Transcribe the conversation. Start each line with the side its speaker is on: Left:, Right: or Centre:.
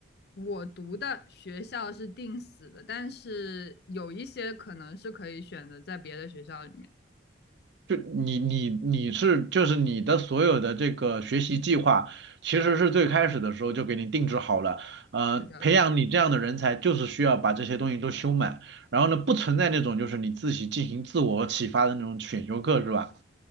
Left: 我读的学校是定死的，但是有一些可能是可以选的，在别的学校里面。
Right: 就你你你是就是你的所有的这个学习计划，其实是最开始的时候就给你定制好了。呃，
Left: 是的。
Right: 培养你这样的人才，就是需要把这些东西都修满。然后呢，不存在那种就是你自己进行自我启发的那种选修课，是吧？